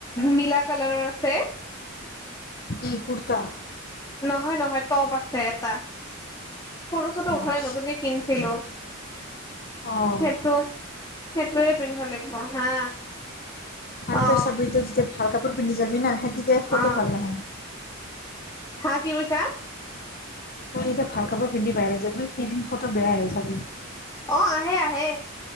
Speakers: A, on the left (about 15°); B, on the left (about 45°).
A: নীলা কালাৰৰ আছে।
B: কি কুৰ্তা
A: নহয়, নহয় ট'প আছে এটা ফটো চটো উঠা
B: অ
A: নাই নতুনকে কিনিছিলো।
B: অ',
A: সেইটো সেইটোয়ে পিন্ধিব লাগিব হা
B: আৰু
A: অ
B: তই চাবি তই যেতিয়া ভাল কাপোৰ পিন্ধি যাবি না সেই তেতিয়া ফটো
A: অ
B: ভাল নহয়।
A: হা, কি কৈছা?
B: তই যেতিয়া ভাল কাপোৰ পিন্ধি বাহিৰত যাবি সেইদিন ফটো বেয়াই হয়, চাব
A: অ' আহে আহে।